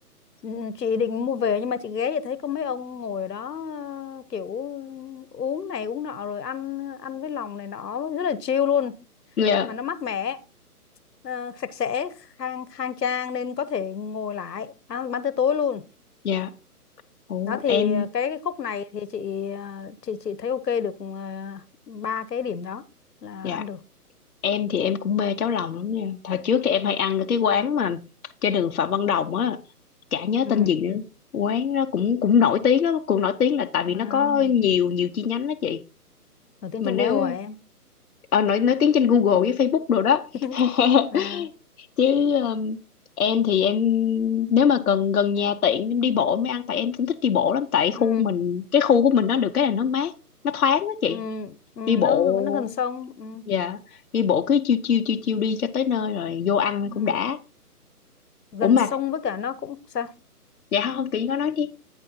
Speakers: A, on the left; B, on the left.
A: ừ, ừ, chị định mua về nhưng mà chị ghé thì thấy có mấy ông ngồi ở đó à, kiểu uống này uống nọ rồi ăn ăn với lòng này nọ rất là chill luôn
B: dạ
A: mà nó mát mẻ ờ, sạch sẽ khang khang trang nên có thể ngồi lại ăn, ăn tới tối luôn
B: dạ ồ
A: đó thì
B: em
A: cái, cái khúc này thì chị ờ, chị chị thấy ok được ờ, ba cái điểm đó là
B: dạ
A: ăn được
B: em thì em cũng mê cháo lòng lắm nha thời trước thì em hay ăn ở cái quán mà trên đường Phạm Văn Đồng á chả nhớ
A: ừ
B: tên gì nữa quán nó cũng cũng nổi tiếng lắm cũng nổi tiếng là tại vì
A: à,
B: nó có nhiều nhiều chi nhánh đó chị
A: nổi tiếng
B: mà
A: trong
B: nếu
A: Google hả em
B: ờ, nổi nổi tiếng trên Google với Facebook đồ đó
A: <laughs>
B: <laughs>
A: à,
B: chứ um, em thì em nếu mà cần gần nhà tiện em đi bộ em mới ăn tại em cũng thích đi bộ lắm tại khu
A: ừ,
B: mình cái khu của mình nó được cái là nó mát nó thoáng đó chị
A: ừ, ừ, nó
B: đi bộ
A: nó gần sông ừ,
B: dạ đi bộ cứ chiêu chiêu chiêu chiêu đi cho tới nơi rồi vô ăn
A: ừ.
B: cũng đã
A: gần
B: ủa mà
A: sông với cả nó cũng sao
B: dạ không chị có nói đi